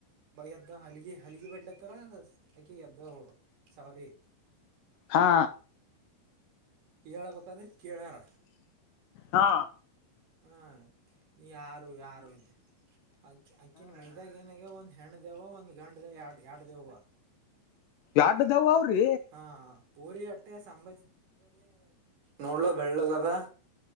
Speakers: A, on the right; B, on the left.
A: ಎದ್ದ ಹಲಗೆ ಹಲಗೆ ಬಿಡ್ಲತ್ತಾರ ಅಕಿ ಎದ್ದ ಅವರ ಸಾರಿ
B: ಹಾ
A: ಎಯಳ ಬೇಕಾದ್ರ ಕೆಲ್ಯಾರ
B: ಹಾ
A: ಹಾ ಯಾರು ಯಾರು ಇ ಅಕ್ಕಿನ ಮೈದಾಗ ಏನಾಗ ಒಂದು ಹೆಣ್ಣಿದೆವ್ವ ಒಂದು ಗಂಡ ದೆವ್ವ ಎರಡು ಎಡಿದೆವು <unintelligible>
B: ಎಡ್ದವ ಅವ್ರಿ
A: ಹಾ ಪರಿ ಅಟ್ಟೆ ಸಂಭ ನೋಡ್ಲ ಬೆಳ್ಳಗ್ದ